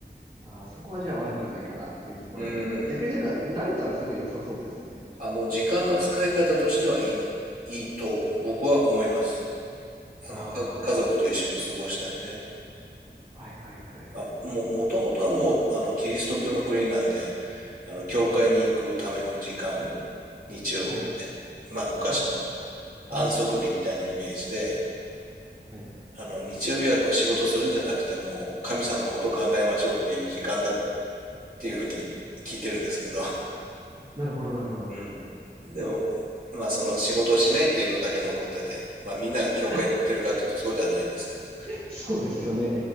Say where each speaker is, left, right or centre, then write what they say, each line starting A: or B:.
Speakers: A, on the right; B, on the right.
A: ああ、そこはじゃあ悪くないかなっていうところなんです。
B: うん。
A: 逆になんか慣れたらすごい良さそうですね。
B: あの、時間の使い方としてはいい、いいと僕は思います。あの、
A: ああ、
B: か、家族と一緒に過ごしたりね。
A: なるほど。はいはいはい。
B: まあ、も、もともとはもう、あの、キリスト教の国なんで、あの、教会に行くための時間、
A: はい。
B: 日曜日って、
A: はい。
B: まあ、昔の
A: あ、
B: 安息日みたいなイメージで、
A: そういうことか。はい。
B: あの、日曜日はもう仕事するんじゃなくて、もう神様のことを考えましょうっていう時間だっていうふうに聞いてるんですけど、
A: なるほどなるほど。
B: うん。でも、まあその仕事をしないっていうのだけ残ってて、まあみんなが教会に行ってるかというとそうではないんですけど、
A: <laughs> そうですよね。